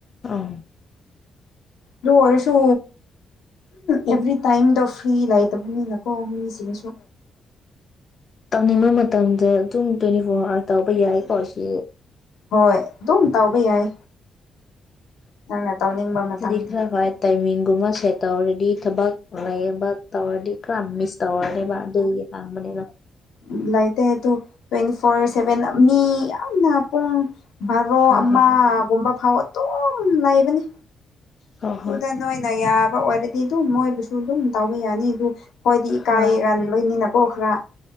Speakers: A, on the left; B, on the left.
A: ꯑꯥ
B: ꯑꯗꯨ ꯑꯣꯏꯔꯁꯨ ꯑꯦꯚ꯭ꯔꯤ ꯇꯥꯏꯝꯗꯣ ꯐ꯭ꯔꯤ ꯂꯩꯇꯕꯅꯤꯅꯀꯣ ꯃꯤ ꯁꯤꯁꯤꯅꯁꯨ
A: ꯑꯅꯤꯡꯕ ꯃꯇꯝꯗ ꯑꯗꯨꯝ ꯇ꯭ꯋꯦꯟꯇꯤ ꯐꯣꯔ ꯑꯋꯥꯔ ꯇꯧꯕ ꯌꯥꯏꯀꯣ ꯁꯤ
B: ꯍꯣꯏ ꯑꯗꯨꯝ ꯇꯥꯎꯕ ꯌꯥꯏ ꯅꯪꯅ ꯇꯧꯅꯤꯡꯕ ꯃꯇꯝꯗ
A: ꯑꯈꯔꯥ ꯍ ꯇꯥꯏꯃꯤꯡ ꯒꯨꯝꯕ ꯁꯦꯠꯇ ꯑꯣꯏꯔꯗꯤ ꯊꯕꯛ ꯂꯩꯕ ꯇꯋꯥꯔꯗꯤ ꯀ꯭ꯔꯥꯝꯃꯤꯁ ꯇꯧꯔꯅꯦꯕ ꯗ ꯈꯥꯡꯕꯅꯦꯕ
B: ꯎ ꯂꯩꯇꯦ ꯑꯗꯨ ꯇ꯭ꯋꯦꯟꯇꯤ ꯐꯣꯔ ꯁꯚꯦꯟ ꯃꯤ ꯌꯥꯝꯅ ꯄꯨꯡ ꯚꯕꯥꯔꯣ
A: ꯍꯣꯏ
B: ꯑꯃꯒꯨꯝꯕ
A: ꯍꯣꯏ
B: ꯐꯥꯎ ꯑꯗꯨꯝ ꯂꯩꯕꯅꯤ
A: ꯍꯣꯏ ꯍꯣꯏ
B: ꯑꯗꯨꯗ ꯅꯣꯏꯅ ꯌꯥꯕ ꯑꯣꯏꯔꯗꯤ ꯑꯗꯨꯝ ꯃꯣꯏꯕꯨꯁꯨ ꯑꯗꯨꯝ ꯇꯧ ꯌꯥꯅꯤ ꯑꯗꯨ ꯍꯣꯏꯗꯤ ꯏꯀꯥꯏꯒꯟꯕꯩꯅꯤꯅꯀꯣ
A: ꯍꯣꯏ
B: ꯈꯔ